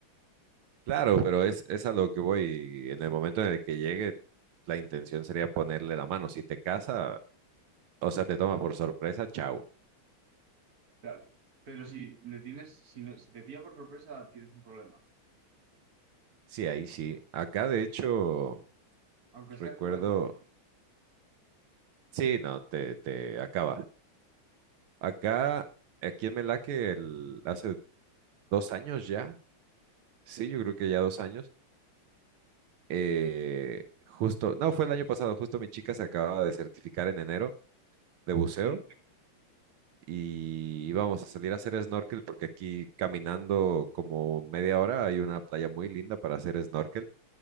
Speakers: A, on the right (about 80°); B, on the right (about 45°).
A: Claro, pero es, es a lo que voy. y en el momento en el que llegue, la intención sería ponerle la mano. Si te caza, o sea, te toma por sorpresa, chau.
B: Claro. Pero si le tienes, si no, si te pilla por sorpresa, tienes un problema.
A: Sí, ahí sí. Acá, de hecho,
B: Aunque estés
A: recuerdo.
B: juguetón.
A: Sí, no, te, te acaba. Acá, aquí en Melaque, el- hace dos años ya, sí, yo creo que ya dos años, eh, justo, no, fue el año pasado, justo mi chica se acababa de certificar en enero de buceo
B: Sí.
A: y íbamos a salir a hacer snorkel porque aquí caminando como media hora hay una playa muy linda para hacer snorkel.